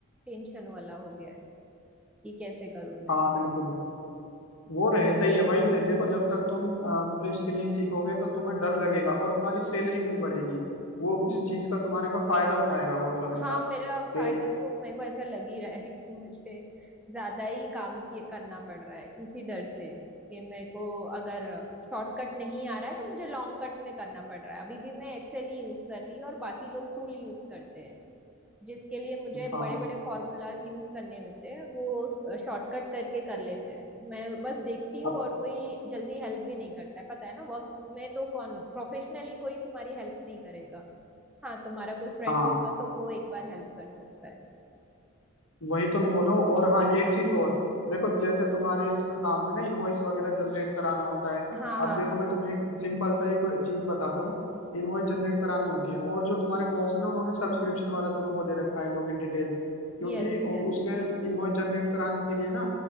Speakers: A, in the centre; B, on the left.
A: टेंशन वाला हो गया है कि कैसे करूं मैं
B: हाँ बिल्कुल वो रहता ही है भाई दे- देखो जब तक तुम अ, मतलब स्किल नहीं सीखोगे तो तुम्हें डर लगेगा और तुम्हारी सैलरी भी नहीं बढ़ेगी वो
A: हम्म
B: उस चीज का तुम्हारे का फायदा उठाएगा वो अगला बंदा
A: हाँ मेरा फायदा
B: कि
A: तो मेरे को ऐसा लग ही रहा है कि मुझे ज्यादा ही काम किए- करना पड़ रहा है इसी डर से कि मेरे को अगर शॉर्टकट नहीं आ रहा है तो मुझे लॉन्ग कट में करना पड़ रहा है अभी भी मैं एक्सेल ही यूज कर रही हूँ और बाकी लोग टूल यूज करते हैं जिसके लिए मुझे
B: हाँ
A: बड़े बड़े फॉर्मूलाज यूज करने होते हैं वो शॉर्टकट करके कर लेते हैं मैं बस देखती हूँ
B: अब
A: और कोई जल्दी हेल्प भी नहीं करता है पता है ना वर्क में तो कौन प्रोफेशनली कोई तुम्हारी हेल्प नहीं करेगा हाँ तुम्हारा कोई फ्रेंड
B: हाँ
A: होगा तो वो एक बार हेल्प कर सकता है
B: वही तो मैं बोल
A: ठीक
B: रहा हूँ और हाँ एक चीज और देखो जैसे तुम्हारे इसमें काम में ना इनवॉइस वगैरह जनरेट कराना होता है
A: है हाँ हाँ
B: अब देखो
A: हाँ
B: मैं तुम्हें एक सिंपल सा एक चीज बताता हूँ इनवॉइस जनरेट करानी होती है और जो तुम्हारे बॉस है ना उन्होंने सब्सक्रिप्शन वाला तुम्हें वो दे रखा है लॉगिन डिटेल्स क्योंकि
A: Yes
B: उ-
A: yes
B: उसके इनवॉइस जनरेट कराने के लिए ना